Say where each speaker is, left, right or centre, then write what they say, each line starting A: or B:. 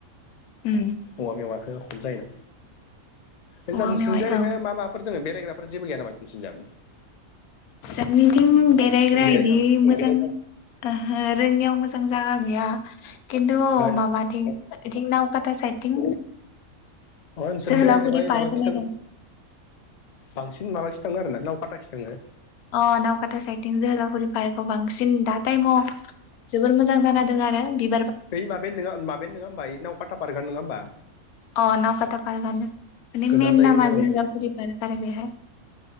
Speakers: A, on the left (about 85°); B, on the left (about 55°).
A: उम
B: औवा मेवखौ खम जायोना नोंसोरनिज
A: औवा मेवाइ
B: ओरैनो
A: औ
B: मा माफोर दोङ बे रायग्रा जेबो गैया नामा नोंसि जा?
A: जोंनिथिं बेरायग्रा
B: बेरायथावना
A: इदि मोजां ओहो रोङियाव मोजां जागा गैया। खिन्थु
B: अ
A: माबाथिं इथिं नावकाता साइदथिं
B: नोंसोर
A: जोहोलावफुरि
B: बेरायनो बाय
A: पार्क
B: माबाखि
A: होनाय
B: थां
A: दं।
B: बांसिन माबाखि थाङो आरोना नावकाटाखि थाङो।
A: अ नावकाथा साइटिं जोहोलाव फुरि फार्कगाव बांसिन दा टाइमाव जोबोर मोजां जाना आरो बि
B: बै माबायानो नोंङा माबायानो नोङा होमबा इ नावकाटा पार्टिआ नङा होमबा
A: अ नावकाता पार्कआनो माने
B: गोजान
A: मेन
B: जायोथ'
A: नामा
B: अ
A: जोहोलावफुरि पार्क आरो बेहाय